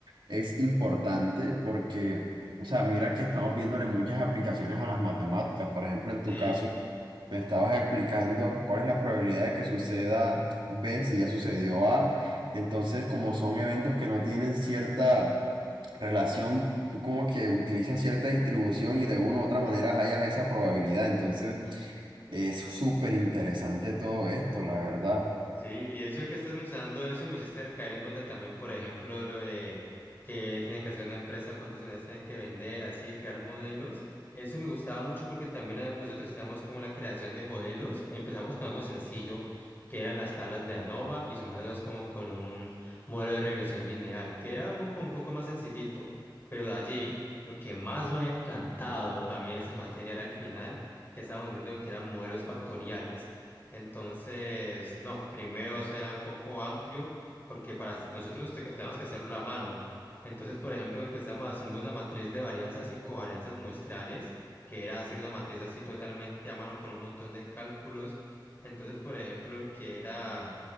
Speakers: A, on the right (about 80°); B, on the left (about 25°).
A: es importante porque, o sea, mira que estamos viéndole muchas aplicaciones a las matemáticas. Por ejemplo, en tu
B: Sí.
A: caso, me estabas explicando cuál es la probabilidad de que suceda B si ya sucedió A. Entonces, como son eventos que no tienen cierta relación, tú como que utilizas cierta distribución y de una u otra manera hallas esa probabilidad. Entonces, es súper interesante todo esto, la verdad.
B: Sí, y de hecho que estás mencionando eso me hiciste caer en cuenta también, por ejemplo, lo de que tienen que hacer una empresa, cuántas unidades tienen que vender, así, crear modelos. Eso me gustaba mucho porque también eh, nosotros teníamos como la creación de modelos. Empezamos con algo sencillo, que eran las tablas de ANOVA y sumándolas como con un modelo de regresión lineal, que era algo como un poco más sencillito. Pero de allí, lo que más me había encantado a mí de esa materia era al final, que estábamos viendo que eran modelos factoriales entonces, no, primero eso era un poco amplio porque para s- nosotros nos toca- teníamos que hacerlo a mano. Entonces, por ejemplo, empezamos haciendo una matriz de varianzas y covarianzas muestrales, que era hacer una matriz así totalmente a mano con un montón de cálculos. Entonces, por ejemplo, que era